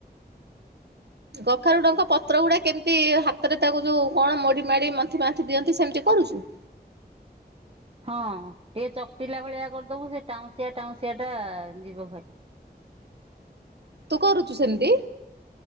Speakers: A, on the right; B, on the right.
A: ଗଖାରୁଡଙ୍କ ପତ୍ର ଗୁଡା କେମିତି ହାତରେ ତାକୁ ଯୋଉ କଣ ମୋଡି ମାଡି ମନ୍ନ୍ତି ମାନ୍ତି ଦିଅନ୍ତି ସେମିତି କରୁଛୁ।
B: ହଁ ଟିକେ ଚକଟିଲା ଭଳିଆ କରିଦବୁ ସେ ଟାଉଁସିଆ ଟାଉଁସିଆ ଟା ଯିବ ଭରି।
A: ତୁ କରୁଚୁ ସେମିତି।